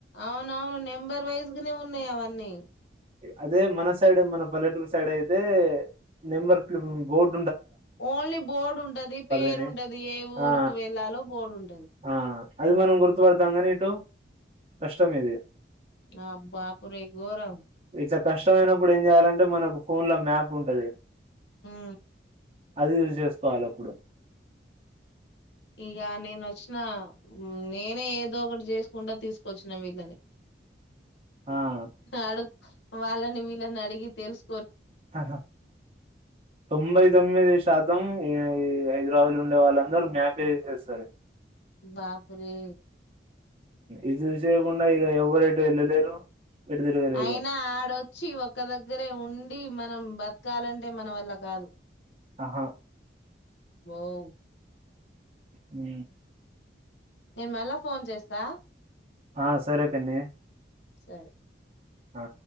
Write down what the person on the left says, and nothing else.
అవునవును నెంబర్ వైజ్గనే ఉన్నయి అవన్ న్నీ
ఓన్లీ బోర్డు ఉంటది పేరుంటది
ఏ ఊరుకి
వెళ్ళాలో బోర్డు ఉం
ఆ బాపురే గోరం.
హే
ఇగ నేన్ ఒచ్చిన నేనే ఏదో ఒకటి చేసుకుంట తీసుకొచ్చిన వీళ్ళని
అడు వాళ్ళని వీళ్ళని అడిగి తెల్స్
బాపురే
అయినా ఆడొచ్చి ఒక దగ్గరే ఉండి మనం బ ఎక్కాలంటే మన వల్ల కాదు.
వావ్
నేను మళ్ళా ఫోన్ చేస్తా
సరే